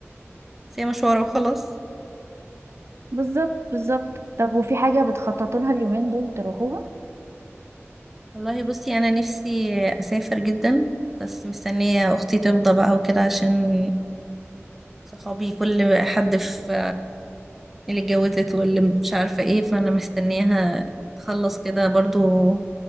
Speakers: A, in the centre; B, on the right (about 65°).
A: بس هي مشوار وخلاص
B: بالظبط بالظبط طب وفي حاجة بتخططوا لها اليومين دول تروحوها
A: والله بصي انا نفسي اسافر جدا بس مستنيه اختي تفضى بقى وكده عشان صحابي كل حد في اللي اتجوزت واللي مش عارفه ايه فانا مستنياها تخلص كده برضو